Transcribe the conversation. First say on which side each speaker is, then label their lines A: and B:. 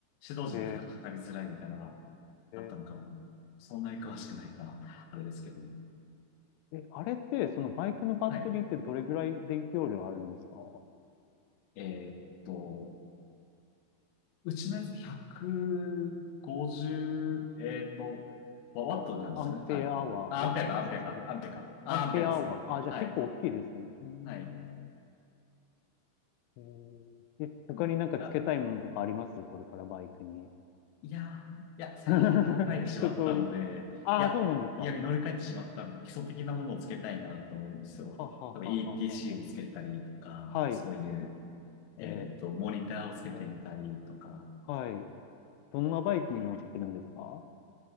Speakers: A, on the left; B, on the left.
A: 指導時に負荷かかりづらいみたいなのが
B: へ
A: あったのかも。
B: え。
A: そんなに詳しくないから、あれですけど。
B: え、あれって、そのバイクのバッテリーってどれぐらい電気容量あるんですか
A: はい。えーっと、うちのやつ150、えーっと、ワワットになるんですよね、
B: アンペアアワー、
A: 単位。あ、
B: ワット、
A: アンペアか、アンペアか、
B: ワット、
A: アンペアか。あ、
B: アンペアアワー、
A: アンペアですね。
B: あ、じゃあ結構大きいですね。
A: はい、
B: うーん。
A: はい。
B: えーえ他になんか付けたいものとかありますこれからバイクに。
A: うんあ、いやー、いや、最近乗り換えてしまったので、
B: <laughs> 一通り。ああ、
A: いや、
B: そうなんですか。
A: いや、いや乗り換えてしまったので、基礎的なものをつけたいなと思うんですよ。
B: はははあはあはあは
A: 多分 ETC をつけたりとか、
B: あ。はい。
A: そういう、えーっと、
B: え
A: モニターをつけてみたりとか、
B: ー、はい。どんなバイクに乗ってるんですか